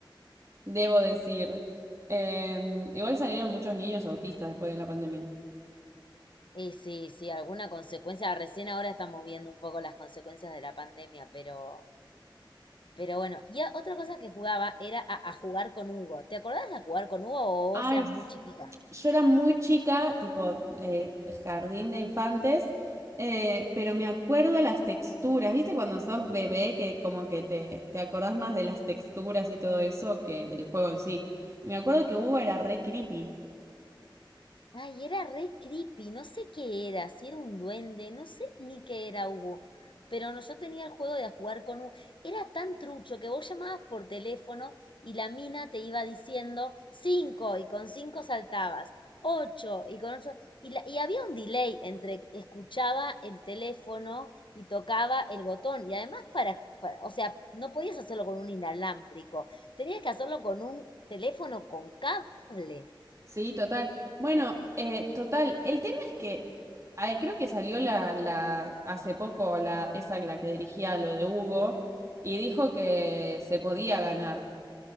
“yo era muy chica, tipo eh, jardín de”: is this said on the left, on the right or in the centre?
Right